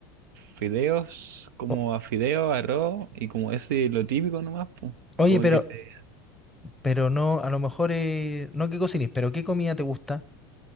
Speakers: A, on the right; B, in the centre.
A: fideos, como
B: O-
A: a fideos, arroz y como ese lo típico nomás, pues.
B: oye,
A: Como
B: pero,
A: que se...
B: pero no, a lo mejor, eh, no que cocines, pero ¿qué comida te gusta?